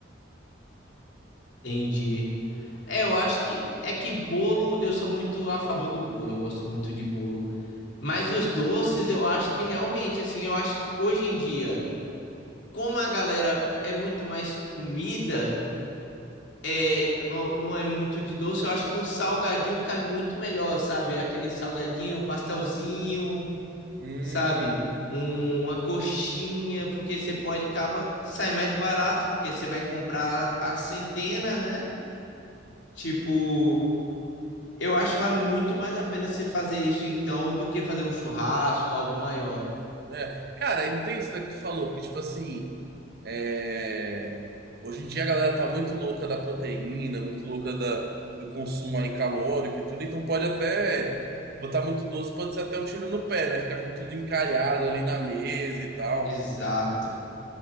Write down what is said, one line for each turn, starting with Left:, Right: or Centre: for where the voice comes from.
Left: Entendi. É, eu acho que é que bolo, eu sou muito a favor do bolo, eu gosto muito de bolo. Mas os doces, eu acho que realmente, assim, eu acho que hoje em dia como a galera é muito mais comida, é, não é muito de doce, eu acho que um salgadinho cai muito melhor, sabe? Aquele salgadinho, um pastelzinho,
Right: Hum.
Left: sabe? Um- uma coxinha, porque você pode acaba sai mais barato, porque você vai comprar a centena, né? Tipo, eu acho que vale muito mais a pena você fazer isso então do que fazer um churrasco, algo maior.
Right: É, cara, ainda tem isso né, que tu falou, porque, tipo assim, é, hoje em dia a galera tá muito louca da proteína, muito louca da, do consumo aí calórico e tudo, então pode até botar muito doce, pode ser até um tiro no pé, né? Ficar com tudo encalhado ali na mesa e tal.
Left: Exato.